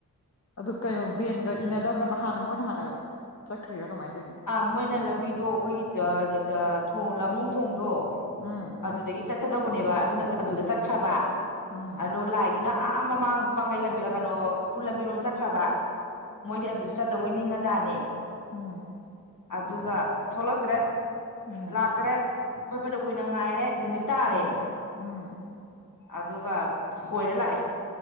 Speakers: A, on the left; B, on the left.
A: ꯑꯗꯨ ꯀꯩꯅꯣ ꯕꯦꯟꯒ ꯏꯅꯗꯕ꯭ꯔꯕ ꯍꯥꯟꯅ ꯃꯣꯏꯅ ꯍꯥꯟꯅ ꯆꯠꯈ꯭ꯔꯤꯔꯥ ꯀꯃꯥꯏꯅ ꯇ
B: ꯑꯥ ꯃꯣꯏꯅ ꯂꯝꯕꯤꯗꯣ ꯑꯩꯈꯣꯏꯒꯤ ꯊꯣꯡ ꯂꯝꯃꯨꯡ ꯊꯣꯡꯗꯣ
A: ꯎꯝ
B: ꯑꯗꯨꯗꯒꯤ ꯆꯠꯀꯗꯧꯕꯅꯦꯕ ꯑꯗꯨꯅ ꯑꯗꯨꯗ ꯆꯠꯈ꯭ꯔꯕ
A: ꯎꯝ
B: ꯑꯗꯣ ꯂꯥꯏ ꯑꯗꯨꯅ ꯑꯥ ꯃꯃꯥꯡ ꯄꯥꯡꯒꯩ ꯂꯝꯕꯤ ꯀꯩꯅꯣ ꯁ꯭ꯀꯨꯜ ꯂꯝꯕꯤꯔꯣ ꯆꯠꯈ꯭ꯔꯕ ꯃꯣꯏꯗꯤ ꯑꯗꯨꯗꯤ ꯆꯠꯇꯧꯕꯩ ꯅꯤꯡꯉꯖꯥꯠꯅꯦ
A: ꯑ
B: ꯑꯗꯨꯒ ꯊꯣꯛꯂꯛꯇ꯭ꯔꯦ
A: ꯎꯝ
B: ꯂꯥꯛꯇ꯭ꯔꯦ ꯑꯩꯈꯣꯏꯄꯅ ꯀꯨꯏꯅ ꯉꯥꯏꯔꯦ ꯅꯨꯃꯤꯠ ꯇꯥꯔꯦ
A: ꯑꯥ ꯎꯝ
B: ꯑꯗꯨꯒ ꯍꯣꯏꯔ ꯂꯥꯛꯑꯦ